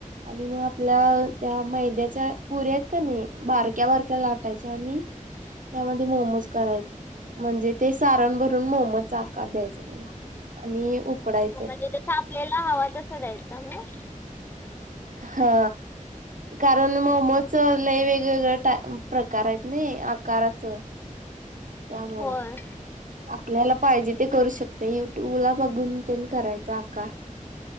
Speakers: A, on the right; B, on the left.
A: आणि मग आपल्या त्या मैद्याच्या पुऱ्या आहेत का नाही बारक्या बारक्या लाटायच्या आणि त्यामध्ये मोमोज करायच म्हणजे ते सारण भरून मोमोजचा आकार द्यायचा त्याला आणि. उकडायचं
B: म्हणजे जस आपल्याला हव तस द्यायचं म
A: हा कारण मोमोचं ल वेगवेगळा प्रकार आहेत ना आकाराचं. त्यामुळं.
B: होय
A: आपल्याला पाहिजे ते करू शकते युट्यूबला बघून तेन करायचा आकार